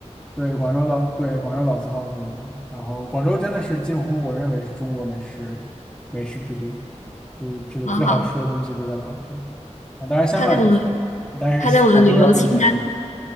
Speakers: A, in the centre; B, on the left.
A: 对，广州老，对，广州老字号更多。然后广州真的是近乎我认为是中国美食美食之都，就是这个最好吃的东西都在广州
B: 好好。
A: 啊。当然香港也不错，
B: 他在我
A: 但是广州要更便宜。
B: 它在我的旅游清单。